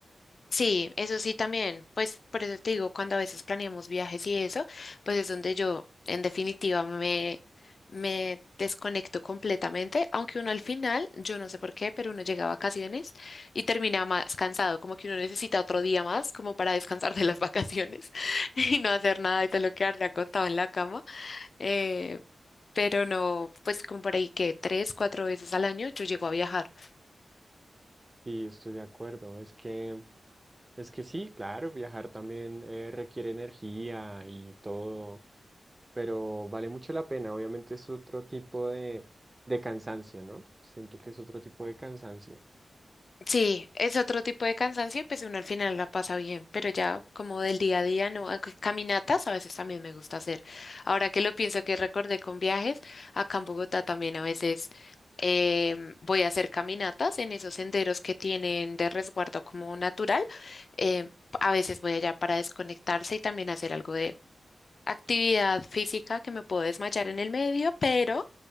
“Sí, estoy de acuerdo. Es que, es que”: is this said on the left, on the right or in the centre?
Right